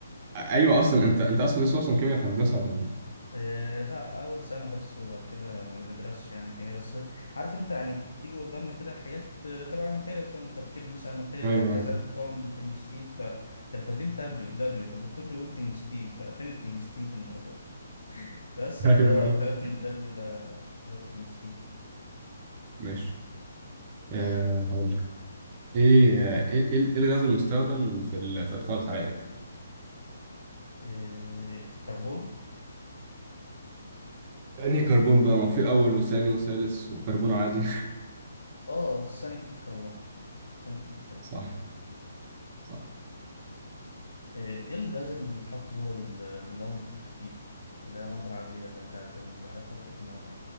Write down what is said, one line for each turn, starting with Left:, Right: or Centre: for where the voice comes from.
Right: ايوه اصلا انت انت اصلا لسه اصلا كيمياء في هندسه ولا
Left: إيه لا أول سنة بس وبعد كده ما بندرسش يعني كيمياء بس عارف أنت يعني بتيجي قدامنا كده حاجات آه، تبع الماتيريال مثلا تركيب مثلا الماتيريال
Right: ايوه
Left: بتاع كذا بتكون تنجستين فكانوا كاتبين دبليو دبليو فالدكتور بيقول تنجستين ففين التنجستين في الموضوع بس
Right: <laughs>
Left: يعني
Right: ايوه
Left: فدورت
Right: ايوه
Left: عرفت إن الدبليو ده هو التنجستين
Right: ماشي آه هقول لك. ايه آه، ايه ايه إيه الغاز المستخدم في ال- في اطفاء الحرائق
Left: إيه الكربون
Right: يعني كربون بقى ما هو في اول وثاني وثالث وكربون عادي
Left: آه ثاني أكسيد الكربون ثاني أكسيد
Right: <laughs>
Left: الكربون
Right: صح صح
Left: إيه إيه الغاز اللي بيتحط جوه ال- لمبة الفتيل اللي هي اللمبة العادية اللي هي بتاعت زمان دي عارفها اللي كانت بنقعد